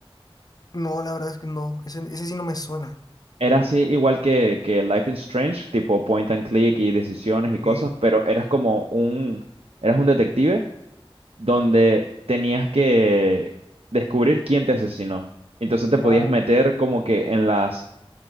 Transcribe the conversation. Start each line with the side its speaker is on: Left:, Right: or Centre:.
Left: No, la verdad es que no. Ese, ese sí no me suena.
Right: Era así igual que, que Life is Strange, tipo point and click y decisiones
Left: Ok,
Right: y cosas, pero eras como un, eras un detective donde tenías que descubrir quién te asesinó. Entonces te podías
Left: ok.
Right: meter como que en las,